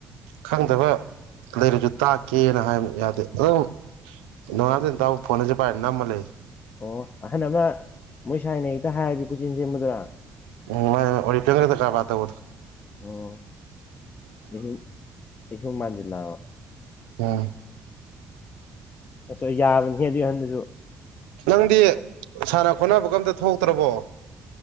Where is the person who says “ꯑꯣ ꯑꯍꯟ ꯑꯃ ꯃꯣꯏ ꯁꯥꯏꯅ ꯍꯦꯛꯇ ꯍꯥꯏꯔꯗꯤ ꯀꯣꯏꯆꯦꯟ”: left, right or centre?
Left